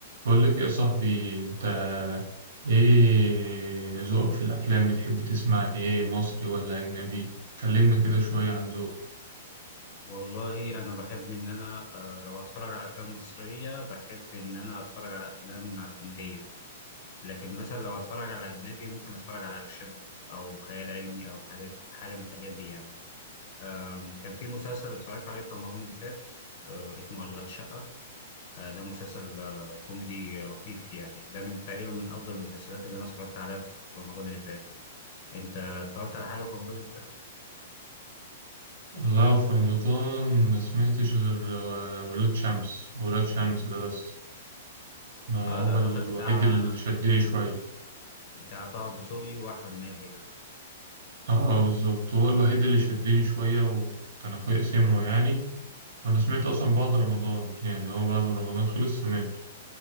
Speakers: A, on the right; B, on the left.
A: بقول لك إيه يا صاحبي انت ايه ذوقك في الافلام بتحب تسمع ايه مصري ولا اجنبي كلمنا كده شوية عن ذوق
B: والله انا بحب ان انا آه، لو اتفرج على افلام مصريه بحب ان انا اتفرج على افلام كوميديه لكن مثلا لو اتفرج على اجنبي ممكن اتفرج على اكشن او خيال علمي او الحاجات حاجه من الحاجات دي يعني أم، كان في مسلسل اتفرجت عليه في رمضان اللي فات آه، اسمه اشغال شقه آه، ده مسلسل آه، كوميدي لطيف يعني ده من تقريبا من افضل المسلسلات اللي انا اتفرجت عليها في رمضان اللي فات انت اتفرجت على حاجه في رمضان اللي فات
A: والله في رمضان ما سمعتش غير آه، ولاد شمس ولاد شمس ده بس ما
B: آه،
A: هو
B: ده اعتقد
A: الوحيد
B: بتاع
A: اللي شدني شوية
B: بتاع طه دسوقي واحمد مالك ده
A: اه بالظبط هو الوحيد اللي شدني شوية وكان اخويا سمعه يعني وانا سمعت اصلا بعد رمضان يعني هو بعد رمضان خلص سمعت